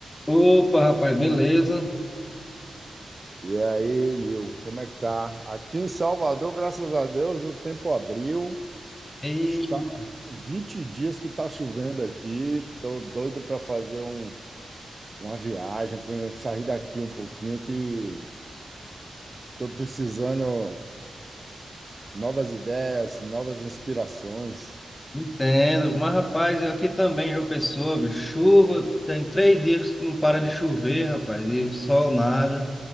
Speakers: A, on the left (about 20°); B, on the right (about 30°).
A: Opa, rapaz, beleza?
B: E aí, Nil, como é que tá? Aqui em Salvador, graças a Deus, o tempo abriu.
A: E
B: Está tem 20 dias que está chovendo aqui. Estou doido para fazer um, uma viagem, para sair daqui um pouquinho, que estou precisando novas ideias, novas inspirações.
A: entendo. Mas, rapaz, eu aqui também, João Pessoa, bicho, chuva, tem três dias que não para de chover, rapaz, e o sol nada.